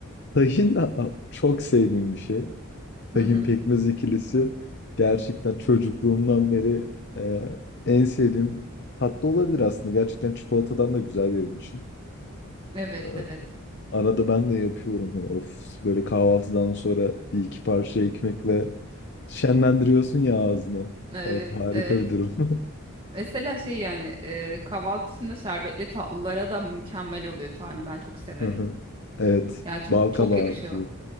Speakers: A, on the left (about 50°); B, on the right (about 25°).
A: Tahin a- a- çok sevdiğim bir şey. Tahin
B: Hı hı.
A: Pekmez ikilisi gerçekten çocukluğumdan beri e, en sevdiğim tatlı olabilir aslında. Gerçekten çikolatadan da güzel benim için.
B: Evet,
A: E,
B: evet.
A: arada ben de yapıyorum. Hani of böyle kahvaltıdan sonra bir iki parça ekmekle şenlendiriyorsun ya ağzını.
B: Evet,
A: Of harika
B: evet.
A: bir durum. <laughs>
B: Mesela şey yani e, kahvaltı dışında şerbetli tatlılara da mükemmel oluyor tahin. Ben çok severim.
A: Hı hı. Evet.
B: Yani çok
A: Balkabağı.
B: çok yakışıyor.